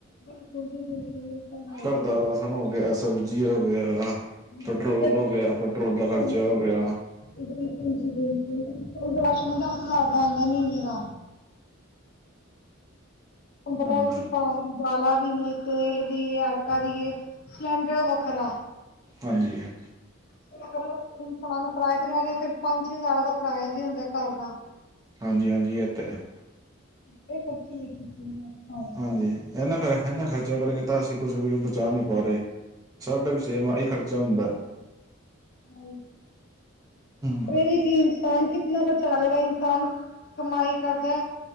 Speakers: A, on the left (about 45°); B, on the right (about 15°).
A: ਬਿਲਕੁਲ ਜੀ ਬਿਲਕੁਲ ਤਾਂ ਹੈ
B: ਘਰ
A: ਹੀ
B: ਦਾ ਰਾਸ਼ਨ ਹੋ ਗਿਆ, ਸਬਜ਼ੀ ਹੋ ਗਿਆ
A: ਹੈ
B: ਪੈਟਰੋਲ ਹੋ ਗਿਆ, ਪੈਟਰੋਲ ਦਾ ਖ਼ਰਚਾ
A: ਹਾਂਜੀ
B: ਹੋ ਗਿਆ
A: ਬਿਲਕੁਲ ਜੀ ਬਿਲਕੁਲ ਰਾਸ਼ਨ ਦਸ ਹਜਾਰ ਦਾ ਆਉਂਦਾ ਮਹੀਨੇ ਦਾ ਹੁਣ ਬਹੁਤ
B: ਹਾਂਜੀ
A: ਕੁਝ ਦਾਲਾਂ ਵੀ ਨੇ, ਤੇਲ ਵੀ ਏ, ਆਟਾ ਵੀ ਏ। ਸਿਲਿੰਡਰ ਵੱਖਰਾ
B: ਹਾਂਜੀ, ਹਾਂਜੀ,
A: ਫ ਅਗਰ ਇਨਸਾਨ ਕਿਰਾਇਆ ਤੇ ਹੈਗੇ, ਫਿਰ ਪੰਜ ਛੇ ਹਜ਼ਾਰ ਦਾ ਕਿਰਾਇਆ ਵੀ ਹੁੰਦਾ ਘਰ ਦਾ।
B: ਹਾਂਜੀ-ਹਾਂਜੀ ਇਹ ਤਾਂ ਹੈ।
A: ਪਰਚੇ ਚੁੱਕ ਮੈਂ,
B: ਹਾਂਜੀ, ਇਹਨਾਂ ਇਹਨਾਂ ਖਰਚਾ ਕਰਕੇ ਤਾਂ ਅਸੀਂ ਕੁਝ ਵੀ ਬਚਾ ਨਹੀਂ ਪਾ ਰਹੇ। ਸਾਡਾ ਵੀ ਸੇਮ ਆਹੀ ਖਰਚਾ ਹੁੰਦਾ।
A: ਹਾਂ
B: ਹਮ
A: ਇਹ ਵੀ ਕੀ ਇਨਸਾਨ ਕਿ, ਕਿੰਨਾ ਬਚਾ ਲਗਾ ਇਨਸਾਨ ਕਮਾਈ ਕਰਦਾ